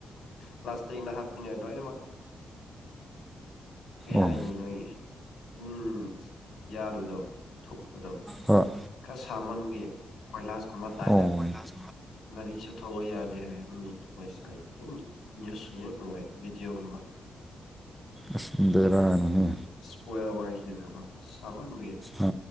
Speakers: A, on the left (about 70°); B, in the centre.
A: ꯄ꯭ꯂꯥꯁꯇꯤꯛꯅ ꯍꯥꯞꯄꯤꯅꯦ ꯂꯣꯏꯅꯃꯛ ꯀꯩ ꯍꯥꯏꯅꯤ
B: ꯑꯣ
A: ꯅꯣꯏ ꯑꯗꯨꯝ ꯌꯥꯗꯕꯗꯣ ꯊꯨꯛꯄꯗꯣ
B: ꯍꯣꯏ
A: ꯈꯥ ꯁꯥꯃꯟꯒꯤ ꯀꯣꯏꯂꯥꯁꯀꯨꯝꯕ ꯇꯥꯏꯗ
B: ꯑꯣ ꯑꯁ
A: ꯒꯥꯔꯤꯁꯨ ꯊꯧꯕ ꯌꯥꯗꯦ ꯍꯥꯏꯔꯝꯃꯤ ꯑꯗꯨꯒ ꯑꯩ <unintelligible> ꯅ꯭ꯌꯨꯁ ꯌꯥꯝ ꯎꯏꯌꯦ ꯚꯤꯗꯤꯑꯣꯒꯨꯝꯕ
B: ꯑꯁ ꯕꯦꯔꯥꯅꯤꯍꯦ
A: ꯏꯁꯄꯣꯏꯜ ꯋꯥꯔꯤꯁꯤꯅꯀꯣ ꯁꯥꯃꯟ <unintelligible>
B: ꯑ